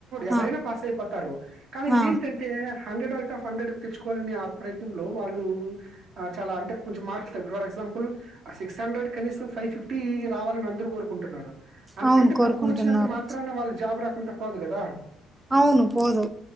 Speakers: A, on the right (about 65°); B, on the right (about 15°).
A: ఎవరు
B: ఆ
A: అయిన పాస్ అయిపోతారు కానీ ఇది
B: ఆ
A: ఏంటి అం ఏ హండ్రెడ్ అవుట్ ఆఫ్ హండ్రెడ్ తెచ్చుకోవాలని ప్రయత్నంలో వాళ్ళు ఆ చాలా అంటే కొంచం మార్క్స్ త ఫర్ ఎక్సంపుల్ ఆ సిక్స్ హండ్రెడ్ కనీసం ఫైవ్ ఫిఫ్టీ రావాలని అందరు కోరుకుంటున్నారు అంతకంటే
B: అవును కోరుకుంటున్నారు
A: తక్కువ వచ్చినంత మాత్రన వాళ్ళకి జాబు రా అంత పోదు కదా
B: అవును పోదు